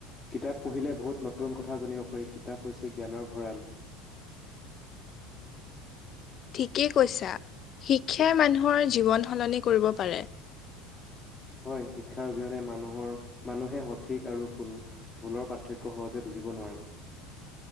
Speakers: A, on the left; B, on the left.
A: কিতাপ পঢ়িলে বহুত নতুন কথা জানিব পাৰি, কিতাপ হৈছে জ্ঞানৰ ভঁৰাল।
B: ঠিকেই কৈছা, শিক্ষাই মানুহৰ জীৱন সলনি কৰিব পাৰে।
A: হয়, শিক্ষা অবিহনে মানুহৰ মানুহে সঠিক আৰু ভুল- ভুলৰ পাৰ্থক্য সহজে বুজিব নোৱাৰে।